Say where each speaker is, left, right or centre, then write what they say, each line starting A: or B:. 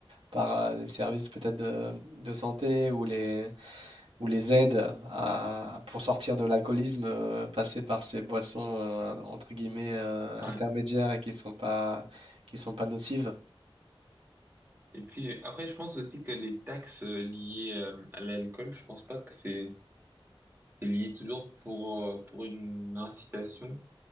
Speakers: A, on the right (about 75°); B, on the right (about 25°).
A: par euh, les services peut-être de, de santé ou les, ou les aides à- pour sortir de l'alcoolisme, euh, passer par ces boissons euh, entre guillemets euh, intermédiaires
B: ouais.
A: et qui sont pas, qui sont pas nocives.
B: Et puis j'ai- après, je pense aussi que les taxes euh, liées euh, à l'alcool, je pense pas que c'est c'est lié toujours pour euh, pour une incitation